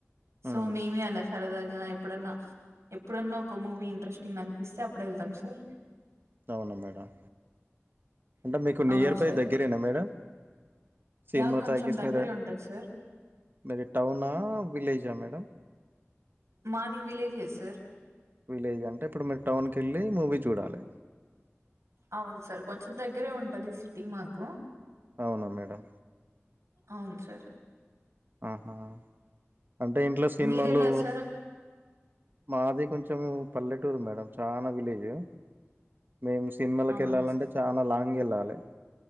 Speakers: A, on the right; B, on the right.
A: సో
B: మ్మ్
A: మేమే అలా సరదాగా ఎప్పుడన్నా-ఎప్పుడన్నా ఓ కు మూవీ ఇంట్రెస్టింగ్ అను పిస్తే అప్పుడు వెళ్తాం సార్
B: అవునా మేడం అంటే మీకు నియర్
A: అవును
B: బై
A: సార్
B: దగ్గరేనా మేడం సినిమా
A: యా కొంచెం
B: టాకీస్
A: దగ్గరే
B: మీర
A: ఉంటది సార్
B: మీ టౌనా విలేజా మేడం
A: మాది విలేజ్ ఎ సార్
B: విలేజ్ అంటే ఇప్పుడు మీరు టౌన్ కి వెళ్ళి మూవీ చూడాలి
A: అవును సార్ కొంచెం దగ్గరే ఉంటది సిటీ మాకు
B: అవునా మేడం
A: అవును సార్
B: ఆహా అంటే ఇంట్లో సినిమాలు
A: మీరెలా సార్
B: మాది కొంచెం మచ్చ పల్లటూరు మేడం చా వలేజ్ ఎమ్ మేం సినిమల
A: అవునా
B: కి వెళ్ళాలంటే చాలా లాంగ్ ఉమ్ వెళ్ళాలే